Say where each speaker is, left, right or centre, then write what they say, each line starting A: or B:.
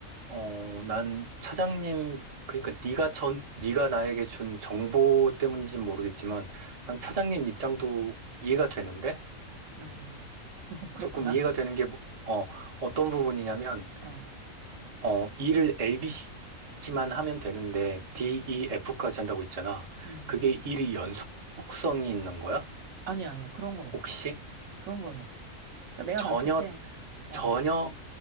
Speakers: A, on the right (about 35°); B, on the right (about 75°).
A: 어 난 차장님 그러니까 네가 전 네가 나에게 준 정보 때문인지는 모르겠지만 난 차장님 입장도 이해가 되는데
B: 음, <laughs> 그렇구나.
A: 조금 이해가 되는 게, 뭐- 어, 어떤 부분이냐면,
B: 어,
A: 어, E를 ABC만 하면 되는데, D, E, F까지 한다고 했잖아.
B: 음.
A: 그게 일이 연속성이 있는 거야?
B: 아니야, 아니야. 그런 건 없어.
A: 혹시?
B: 그런 건 없어. 그러니까 내가
A: 전혀,
B: 봤을 때, 어,
A: 전혀